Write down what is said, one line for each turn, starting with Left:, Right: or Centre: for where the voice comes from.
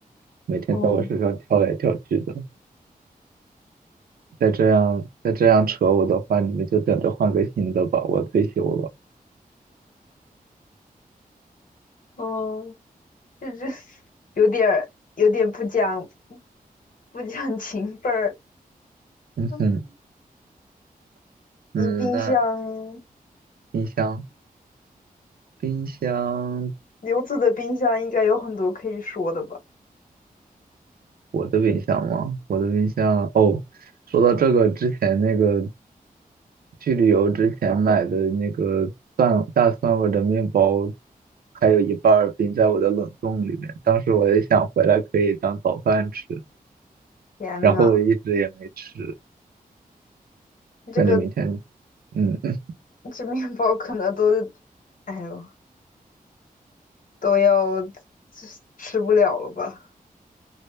Right: 每天在我身上跳来跳去的，
Left: 哦，
Right: 再这样再这样扯我的话，你们就等着换个新的吧，我退休了。
Left: 哦，这这 <laughs>，有点儿有点不讲不讲情分儿。
Right: 嗯
Left: 嗯，你冰箱，
Right: 嗯，那冰箱冰箱，
Left: 刘子的冰箱应该有很多可以说的吧？
Right: 我的冰箱吗？我的冰箱哦，说到这个之前那个去旅游之前买的那个蒜大蒜味的面包。还有一半儿冰在我的冷冻里面，当时我也想回来可以当早饭吃，
Left: 天呐，
Right: 然后我一直也没吃，
Left: 这个
Right: 感觉明天，嗯，嗯
Left: 这面包可能都，哎呦，都要吃吃不了了吧？